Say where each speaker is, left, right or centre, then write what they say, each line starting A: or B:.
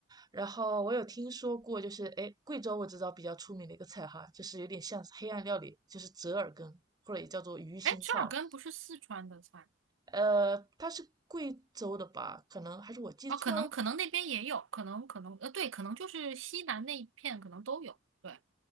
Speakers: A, on the right; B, on the right.
A: 然后我有听说过，就是诶，贵州我知道比较出名的一个菜哈，就是有点像黑暗料理，就是折耳根或者也叫做鱼腥草。
B: 哎，折耳根不是四川的菜
A: 呃，他是贵州的吧？可能还是我记错了。
B: 哦，可能可能那边也有，可能可能呃，对，可能就是西南那一片可能都有。对，